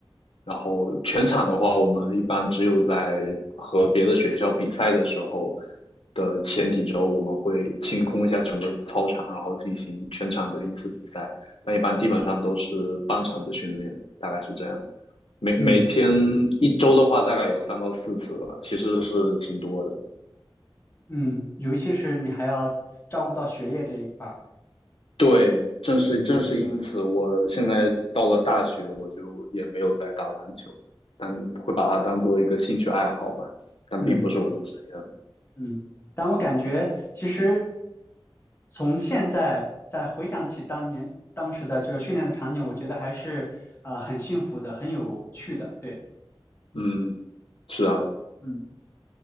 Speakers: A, on the left (about 85°); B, on the left (about 25°).
A: 然后全场的话，我们一般只有在和别的学校比赛的时候的前几周，我们会清空一下整个操场，然后进行全场的一次比赛。但一般基本上都是半场的训练，大概是这样。每每天一周的话，
B: 嗯
A: 大概有三到四次吧，其实是挺多的。
B: 嗯，尤其是你还要照顾到学业这一块儿，
A: 对，正是正是因此，
B: 嗯
A: 我现在到了大学，我就也没有再打篮球了，但会把它当做一个兴趣爱好吧，但并不是我的职业。
B: 嗯嗯。但我感觉，其实从现在再回想起当年当时的这个训练的场景，我觉得还是啊、很幸福的，很有趣的。对，
A: 嗯，是啊，
B: 嗯。